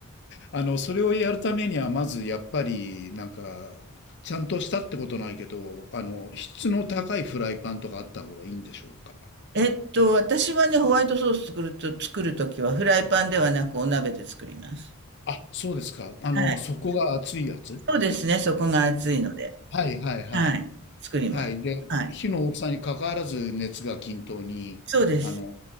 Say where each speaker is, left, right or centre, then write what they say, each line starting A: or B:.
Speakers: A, on the left (about 50°); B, on the right (about 50°).
A: あの、それをやるためには、まずやっぱり、なんか、ちゃんとしたってことないけど、あの、質の高いフライパンとかあった方がいいんでしょうか。
B: えっと、私はね、ホワイトソース作ると、作るときはフライパンではなくお鍋で作ります。
A: あ、そうですか。あの、
B: はい。
A: 底が熱いやつ。
B: そうですね、そこが熱いので。
A: あはいはいはい。
B: はい。作ります。
A: はい。で、
B: はい。
A: 火の大きさに関わらず熱が均等に、
B: そうです。
A: あの、